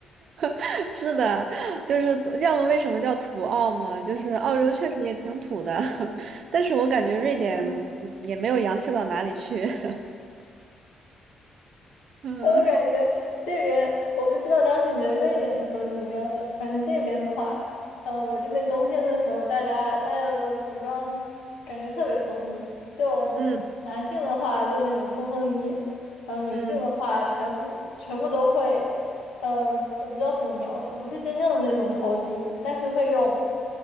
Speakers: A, on the right (about 65°); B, on the left (about 75°).
A: <laughs> 是的，就是要么为什么叫土澳嘛，就是澳洲确实也挺土的，<laughs> 但是我感觉瑞典嗯也没有洋气到哪里去。
B: <laughs>
A: <laughs> 嗯
B: 我感觉这边我不知道当时你在瑞典的时候是怎么样的，反正这边的话，嗯，我这边冬天的时候，大家大家的服装感觉特别统一，就男性的话就那种冲锋衣，
A: 嗯
B: 然后女性的话全部全部都会，
A: 嗯，
B: 嗯，我不知道怎么描述，不是真正的那种头巾，但是会用